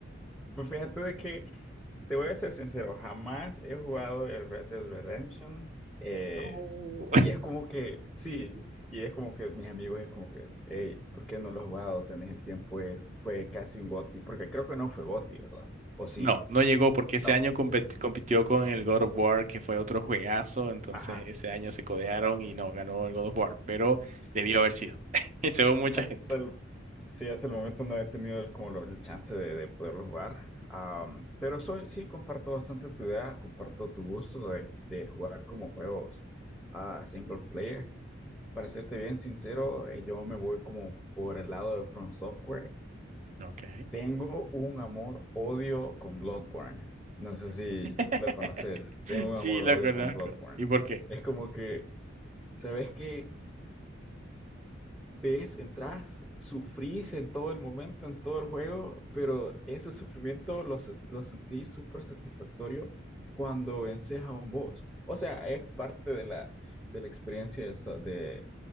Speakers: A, in the centre; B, on the right.
A: Pues fíjate de que, te voy a ser sincero, jamás he jugado el Red Dead Redemption. eh,
B: No,
A: y
B: <laughs>
A: es como que, sí, y es como que mis amigos es como que, hey, ¿por qué no lo has jugado? Tenés el tiempo, es, fue casi un GOTY, porque creo que no fue GOTY, ¿verdad? O sí,
B: no no llegó porque ese
A: no,
B: año compet- compitió con el God of War, que fue otro juegazo, entonces
A: ajá,
B: ese año se codearon y no ganó el God of War, pero
A: sí.
B: debió haber sido, <laughs> según mucha
A: Hasta
B: gente.
A: el, sí, hasta el momento no he tenido el, como lo- el chance de, de poderlo jugar. Am, pero soy, sí, comparto bastante tu idea, comparto tu gusto de, de jugar como juegos a single player. Para serte bien sincero, eh, yo me voy como por el lado de From Software.
B: Ok.
A: Tengo un amor-odio con Bloodborne. No sé si
B: <laughs>
A: lo conoces. Tengo un
B: Sí,
A: amor-odio
B: lo conozco.
A: con Bloodborne.
B: ¿Y por qué?
A: Es como que, ¿sabes que ves, entras, sufrís en todo el momento, en todo el juego, pero ese sufrimiento lo, se- lo sentí súper satisfactorio cuando vences a un boss. O sea, es parte de la, de la experiencia de, so- de,